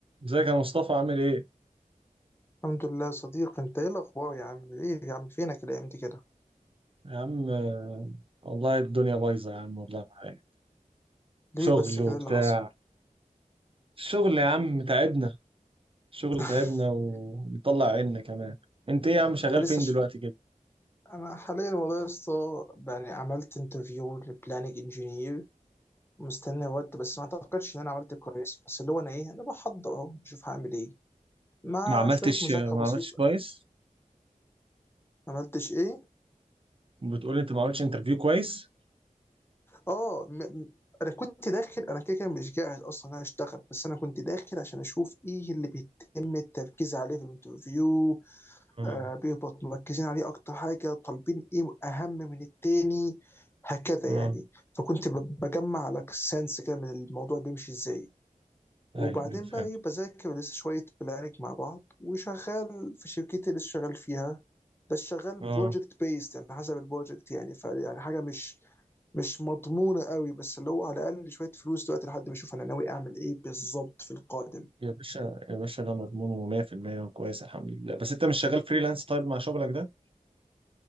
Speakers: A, on the right; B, on the left.
A: ازيك يا مصطفى عامل ايه؟
B: الحمد لله يا صديقي انت ايه الاخبار يا عم ايه يا عم فينك الايام دي كده
A: يا عم آه، والله الدنيا بايظة يا عم والله معايا
B: ليه
A: شغل
B: بس كده
A: وبتاع
B: إيه اللي حصل
A: الشغل يا عم تعبنا الشغل
B: <laughs>
A: تعبنا ومطلع عنا كمان انت ايه يا عم شغال
B: انت لسه
A: فين
B: ش...
A: دلوقتي كده؟
B: انا حاليا والله يا اسطى يعني عملت انترفيو لبلاننج انجينير مستني رد بس ما اعتقدش ان انا عملت كويس بس اللي هو انا ايه انا بحضر اهو بشوف هعمل ايه مع
A: ما عملتش
B: شويه مذاكره
A: ما
B: بسيطه
A: عملتش كويس؟
B: ما عملتش ايه
A: بتقول انت ما عملتش انترفيو كويس؟
B: اه م... م- انا كنت داخل انا كده كده مش جاهز اصلا ان انا اشتغل بس انا كنت داخل عشان اشوف ايه اللي بيتم التركيز عليه في الانترفيو
A: اه
B: آه، بيهبط مركزين عليه اكتر حاجه طالبين ايه اهم من التاني هكذا
A: اه
B: يعني فكنت ب- بجمع لك سنس كده من الموضوع بيمشي ازاي وبعدين
A: ايوه فهمت
B: بقى ايه بذاكر لسه شويه بلانك مع بعض وشغال في شركتي اللي لسه شغال فيها بس شغال
A: اه
B: بروجكت بيست يعني حسب البروجكت يعني ف يعني حاجه مش مش مضمونه قوي بس اللي هو على الاقل شويه فلوس دلوقتي لحد ما اشوف انا ناوي اعمل ايه بالظبط في القادم
A: يا باشا يا باشا ده مضمونه 100% وكويس الحمد لله بس انت مش شغال فريلانس طيب مع شغلك ده؟